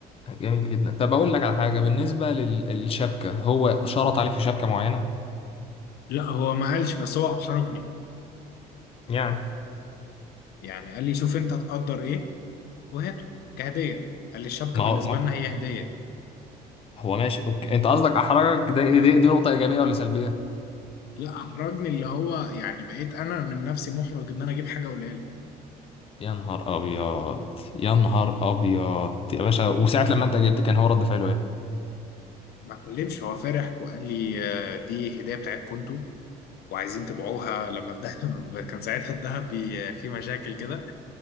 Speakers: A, on the left (about 35°); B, on the left (about 70°).
A: جميل جدا طب اقول لك على حاجه بالنسبه للشبكه هو شرط عليك في شبكه معينه
B: لا هو ما قالش بس هو أحرجني
A: يعني
B: يعني قال لي شوف أنت تقدر إيه وهاته كهدية قال لي الشبكة
A: ما
B: بالنسبة
A: هو
B: لنا هي هدية
A: هو ماشي اوكي انت قصدك احرجك ده دي, دي نقطة ايجابية ولا سلبية
B: لا أحرجني اللي هو يعني بقيت أنا من نفسي محرج إن أنا أجيب حاجة قليلة
A: يا نهار ابيض يا نهار ابيض يا باشا وساعة لما انت جبت كان هو رد فعله ايه
B: ما اتكلمش هو فرح وقال لي آه، دي هدية بتاعتكم انتوا وعايزين تبيعوها لما الذهب <laughs> كان ساعتها الذهب بي- في مشاكل كده